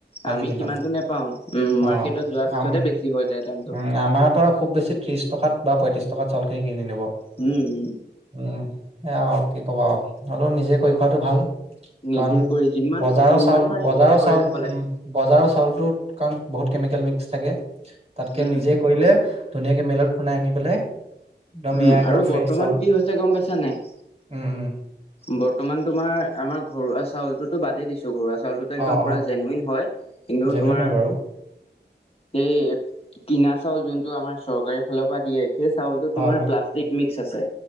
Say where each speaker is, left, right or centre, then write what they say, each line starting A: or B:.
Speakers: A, on the right; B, on the left.
A: আজিৰ
B: আমি
A: দিনত।
B: সিমানটো নেপাওঁ উম,
A: অ
B: মাৰ্কেটত যোৱাৰ পিছতহে
A: আম
B: বেছি হৈ যায় দামটো।
A: উম, আমাৰ পৰা খুব বেছি ত্ৰিশ টকাত বা পঁয়ত্ৰিশ টকাত চাউলখিনি কিনি নিব।
B: উম, হু।
A: উম, সেইয়া আৰু কি ক'বা আৰু হ'লেও নিজে কৰি খোৱাটো ভাল।
B: নিজে
A: কাৰণ
B: কৰি যিমান
A: বজাৰৰ
B: যিমান
A: চাউল,
B: পাৰি
A: বজাৰৰ
B: নিজে কৰি
A: চাউল,
B: খাব লাগে
A: উম। বজাৰৰ চাউলটোত কাৰণ বহুত কেমিকেল মিক্স থাকে তাতকে
B: উম
A: নিজে কৰিলে ধুনীয়াকে মেলত খুনাই আনি পেলাই একদম
B: উম,
A: এয়া একদম
B: আৰু বৰ্তমান
A: ফ্ৰেছ চাউল
B: কি হৈছে গম পাইছা নাই?
A: উম, উম,
B: বৰ্তমান তোমাৰ আমাৰ ঘৰুৱা চাউলটোতো বাদেই দিছ ঘৰুৱা চাউলটোতো একদম
A: অ', অ',
B: পুৰা জেনুইন হয় কিন্তু
A: জেনুইন
B: তোমাৰ
A: হয় বাৰু।
B: সেই কিনা চাউল যোনটো আমাৰ চৰকাৰী ফালৰ পৰা দিয়ে সেই চাউলটো
A: হয়,
B: তোমাৰ
A: হয়,
B: প্লাষ্টিক মিক্স আছে।